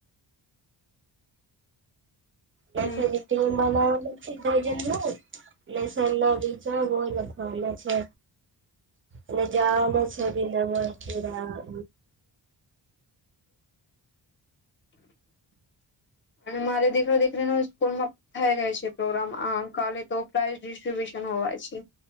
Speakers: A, on the left; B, on the right.
A: હમ
B: આસીડીટી ઓ નો બનાવ પ્રયોજનનું લેસ પેલા વીચાર બો લખાવેલા છે અને જયા અમે છે બનમ પુરા
A: અને મારે દીકરા દીકરી ન સ્કૂલમાં થઈ ગઈ છે પ્રોગ્રામ આ કાલે તો પ્રાઈઝ ડિસ્ટ્રીબ્યુશન હોવાય છે